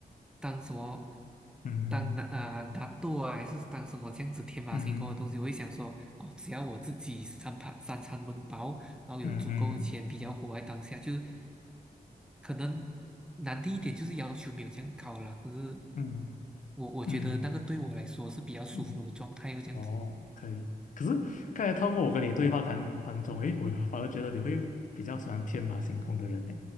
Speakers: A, in the centre; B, on the left (about 55°).
A: 当什么
B: 嗯
A: 当那啊拿豆啊，还是当什么这样子天马行空的东西，
B: 嗯
A: 我会想说哦，只要我自己三盘三餐温饱，然后有足够的钱，
B: 嗯嗯
A: 比较活在当下，就是可能难听一点，就是要求没有这样高啦。可是
B: 嗯
A: 我我觉得那个对我来说是比较舒服的状态，
B: 嗯嗯，
A: 又这样子。
B: 哦，可以。可是刚才透过我跟你对话当当中，诶，我反而觉得你会比较喜欢天马行空的人呢。